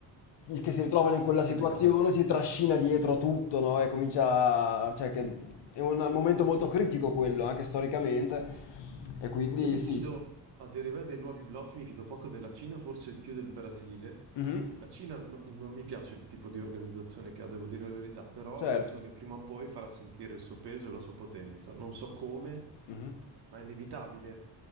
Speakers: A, on the left; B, on the right.
A: che si ritrovano in
B: eh,
A: quella
B: che
A: situazione
B: decadono.
A: si trascina dietro tutto, no? E comincia, a- cioè che è un momento molto critico quello, anche storicamente.
B: Mhm.
A: E quindi
B: Io mi
A: sì,
B: fido, a deriva dei nuovi blocchi, mi fido poco della Cina, forse più del Brasile.
A: Mhm,
B: La Cina no- non mi piace il tipo di organizzazione che ha, devo dire la verità, però
A: Certo,
B: credo che prima o poi farà sentire il suo peso e la sua potenza. Non so come,
A: Mhm,
B: ma è inevitabile.